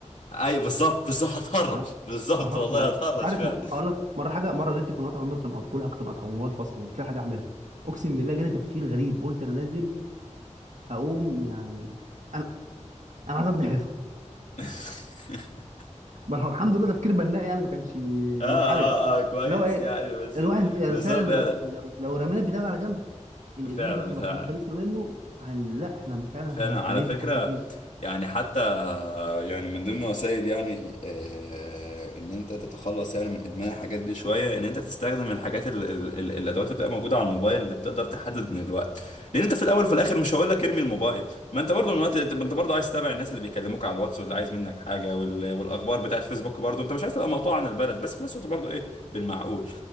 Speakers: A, on the left; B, on the right.
A: ايوه بالظبط بالظبط هتهرش
B: ه-
A: بالظبط
B: ههرش
A: والله
B: والله
A: هتهرش
B: انت عارف
A: فعلا
B: م- اقول لك مره حاجه مره النت كان قاطع النور كان قاطع كل حاجه كان قاطع والموبايل فاصل ومش لاقي حاجه اعملها اقسم بالله جالي تفكير غريب قلت انا لازم اقوم يعني انا انا عايز ابني حيطه
A: <laughs>
B: ما هو الحمد لله تفكير بناء يعني ما كانش
A: اه اه
B: منحرف
A: اه كويس
B: اللي هو ايه
A: يعني بس
B: الواحد يعني
A: بس
B: فعلا
A: هو فعلا
B: لو لو لو رمينا البتاع ده على جنب الادمان
A: فعلا
B: ده لو
A: فعلا
B: خل- خلصنا منه هن لا احنا فعلا
A: فعلا
B: هن...
A: على
B: هنبني
A: فكرة
B: حاجات كتير
A: يعني حتى فيعني من ضمن وسائل يعني آه، ان انت تتخلص يعني من ادمان الحاجات دي شويه ان انت تستخدم الحاجات ال ال ال الادوات اللي بتبقى موجوده على الموبايل اللي بتقدر تحدد من الوقت لان انت في الاول وفي الاخر مش هقول لك ارمي الموبايل ما انت برضو من وقت انت انت برضو عايز تتابع الناس اللي بيكلموك على الواتس واللي عايز منك حاجه وال والاخبار بتاعت فيسبوك برضو انت مش عايز تبقى مقطوع عن البلد بس في نفس الوقت برضو ايه بالمعقول